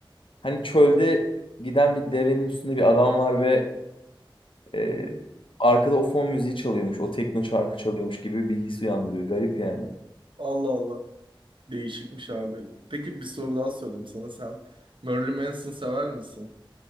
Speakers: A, on the left; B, on the right.
A: hani çölde giden bir devenin üstünde bir adam var ve e,
B: Hı hı.
A: arkada o fon müziği çalıyormuş. O tekno şarkı çalıyormuş gibi bir his uyandırıyor. Garip yani.
B: Allah Allah. Değişikmiş abi. Peki bir soru daha sorayım sana. Sen Marilyn Manson sever misin?